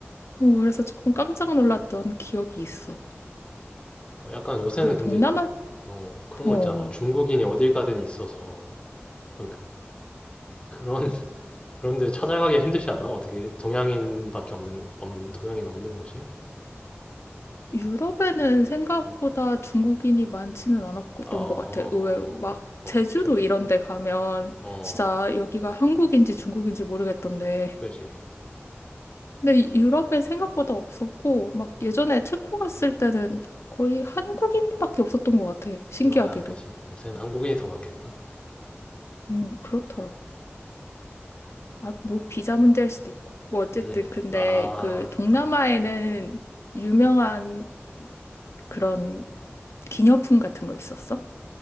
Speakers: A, on the left (about 80°); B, on the left (about 25°).
A: 뭐 그래서 조금 깜짝 놀랐던 기억이 있어.
B: 어, 약간 요새는
A: 그
B: 근데
A: 동남아
B: 어 그런
A: 어,
B: 거
A: 어
B: 있잖아. 막 중국인이 어딜 가든 있어서 약간 그, 그런 그런데 찾아가기 힘들지 않아? 어떻게 동양인밖에 없는 없- 동양인 없는 곳이?
A: 유럽에는 생각보다
B: 응.
A: 중국인이 많지는 않았던
B: 어, 어, 어,
A: 것 같아. 의외로 막
B: 어,
A: 제주도
B: 어, 진짜?
A: 이런 데 가면
B: 어,
A: 진짜 여기가 한국인지 중국인지 모르겠던데
B: 그지.
A: 근데 유럽엔 생각보다 없었고, 막 예전에 체코 갔을 때는 거의 한국인밖에 없었던 것 같아. 신기하게도.
B: 아, 그지. 요새는 한국인이 더 많겠다.
A: 음, 그렇더라고. 아,
B: 어,
A: 뭐 비자 문제일 수도 있고. 뭐 어쨌든
B: 음,
A: 근데
B: 아,
A: 그 동남아에는
B: 그렇네.
A: 유명한 그런 기념품 같은 거 있었어?